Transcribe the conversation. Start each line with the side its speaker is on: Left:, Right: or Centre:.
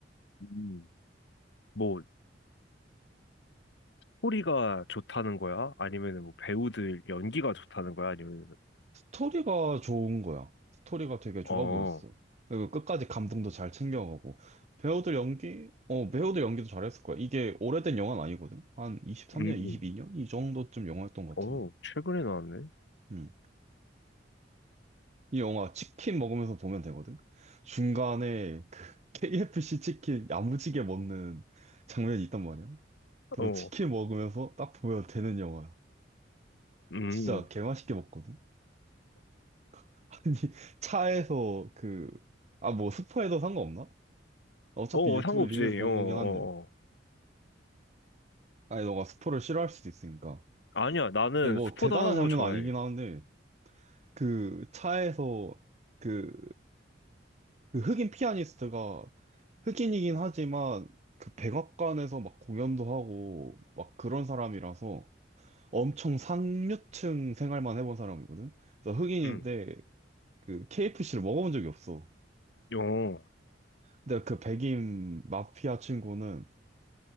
Left: 음. 뭐, 소리가 좋다는 거야? 아니면은 뭐 배우들 연기가 좋다는 거야? 아니면,
Right: 스토리가 좋은 거야. 스토리가 되게 좋아
Left: 어,
Right: 보였어. 그리고 끝까지 감동도 잘 챙겨가고. 배우들 연기? 어, 배우들 연기도 잘했을 거야. 이게 오래된 영화는 아니거든? 한 23년,
Left: 음.
Right: 22년? 이 정도쯤 영화였던 것
Left: 어,
Right: 같은데.
Left: 최근에 나왔네?
Right: 음. 이 영화 치킨 먹으면서 보면 되거든? 중간에 그 <laughs> KFC 치킨 야무지게 먹는 장면이 있단 말이야. 그래서
Left: 어,
Right: 치킨 먹으면서 딱 보면 되는 영화야.
Left: 음.
Right: 진짜 개맛있게 먹거든? <laughs> 아니, 차에서 그, 아, 뭐, 스포해도 상관없나? 어차피
Left: 어,
Right: 유튜브
Left: 어, 상관없지.
Right: 리뷰에서 본
Left: 어, 어,
Right: 거긴 한데.
Left: 어.
Right: 아니, 너가 스포를 싫어할 수도 있으니까.
Left: 아니야, 나는
Right: 근데 뭐,
Left: 스포
Right: 대단한
Left: 당하는
Right: 장면은
Left: 거 좋아해.
Right: 아니긴 하는데, 그, 차에서 그, 그 흑인 피아니스트가 흑인이긴 하지만, 그 백악관에서 막 공연도 하고, 막 그런 사람이라서 엄청 상류층 생활만 해본 사람이거든? 그래서 흑인인데
Left: 음,
Right: 그 KFC를 먹어본 적이 없어.
Left: 어,
Right: 근데 그 백인 마피아 친구는